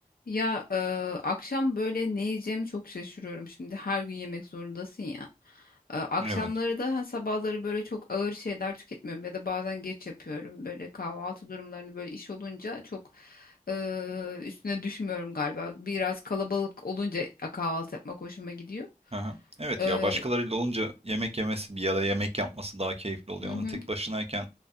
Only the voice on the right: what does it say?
Evet.
Aha. Evet
ya başkalarıyla olunca yemek yemesi bir ya da yemek yapması daha keyifli oluyor
ama tek başınayken